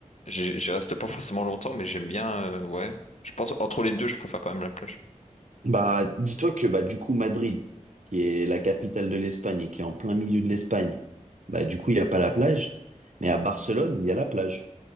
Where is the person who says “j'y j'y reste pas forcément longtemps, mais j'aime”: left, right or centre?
Left